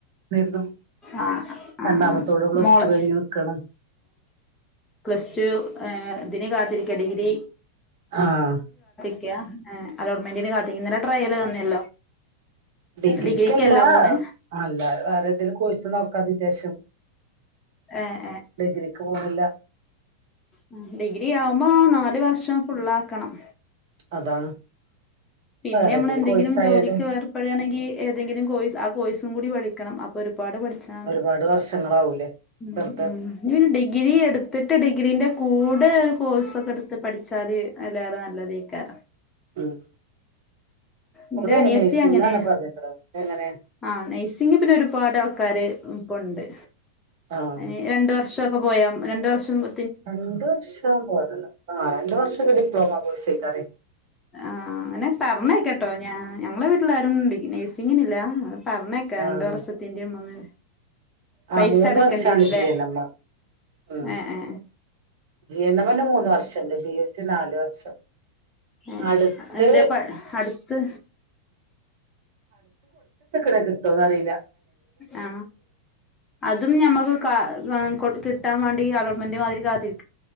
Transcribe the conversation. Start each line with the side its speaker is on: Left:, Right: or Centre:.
Right: നിന്നു
Left: ആ
Right: രണ്ടാമത്തോള്
Left: ആ ആ
Right: പ്ലസ്
Left: മോള്
Right: ടു കഴിഞ്ഞ് നിക്കാണ്
Left: പ്ലസ് ടു ത്തിന് കാത്തിരിക്ക ഡിഗ്രി
Right: ആഹ്
Left: ക്യാ ഏഹ് അലോട്ട്മെന്റിന് കാത്തിന്ന് ഇന്നലെ ട്രയല് തന്നല്ലോ.
Right: ഡിഗ്രിക്കല്ലാ.
Left: ഡിഗ്രിക്കല്ല പോണ്
Right: അല്ലാതെ വേറെ പതേലും കോഴ്സ് നോക്കാന്ന് വിചാരിച്ചും.
Left: ഏഹ്
Right: ഡിഗ്രിക്ക് പോണില് ല്ല
Left: ഉം ഡിഗ്രി ആവുമ്പോ നാല് വർഷം ഫുള്ളാ ക്കണം
Right: അതാണ്
Left: പിന്നെ
Right: വേറെ
Left: ഞമ്മള്
Right: ഏതേലും
Left: എന്തെങ്കിലും
Right: കോഴ്സായാല്
Left: ജോലിക്ക് വേർപ്പെടുകയാണെങ്കി ഏതെങ്കിലും കോഴ്‌സ് ആ കോഴ്സും കൂടി പഠി ക്കണം അ പ്പൊരുപാട് പഠിച്ചാണ്ട്.
Right: ഒരുപാട് വർഷങ്ങളാവൂലേ
Left: ഉം
Right: വെറുതെ
Left: ഉം ഇഞ്പിന്നെ ഡിഗ്രി എടുത്തിട്ട് ഡിഗ്രീന്റെ കൂടെ ഒരു കോഴ്സൊക്കെട്ത്ത് പഠിച്ചാല് അതിലേറെ നല്ലതേക്കാരം
Right: ഉം
Left: ഇന്റെ
Right: ഓള്
Left: അനിയത്തി
Right: നഴ്സിംഗാണ്
Left: അങ്ങനെ.
Right: പറഞ്ഞിക്കണത് എങ്ങനെ
Left: ആഹ് നൈസിങ്ങ് പിന്നെ ഒരുപാട് ആൾക്കാര് ഇപ്പം ഉണ്ട്
Right: ആഹ്
Left: അയ്ന് രണ്ട് വർഷം പ്പെ പോയാം രണ്ട് വർഷം മു
Right: രണ്ട് വർഷം പോയത് ആ രണ്ട് വർഷൊക്കെ ഡിപ്ലോമ കോഴ്സ് ആക്കാരെ
Left: ആ അങ്ങനെ പറഞ്ഞെക്കട്ടോ ഞാ ഞങ്ങളെ വീട്ട്ലാരും ണ്ട് നേഴ്സിങ്ങിനില്ല പറഞ്ഞേക്കാ
Right: ആഹ്
Left: രണ്ട് വർഷത്തിന്റെ മുന്ന് പൈസ
Right: ആഹ് മൂന്ന്
Left: അടക്കേണ്ടി
Right: വർഷാണ്
Left: വരുംലെ
Right: ജി എൻ എം ഉം
Left: ഏ ഏ
Right: ജി, എൻ, മ്മേന്നെ മൂന്ന് വർഷംണ്ട് ബി, എസ്, നാല് വർഷം
Left: ഏ
Right: അടുത്ത്
Left: എന്തേ പ അട്ത്ത്
Right: കിട്ടോന്ന് അറീല
Left: ആ അതും ഞമ്മക്ക് കാ കൊട് കിട്ടാൻ വാണ്ടി അലോട്ട്മെന്റ് മാതിരി കാത്തിരി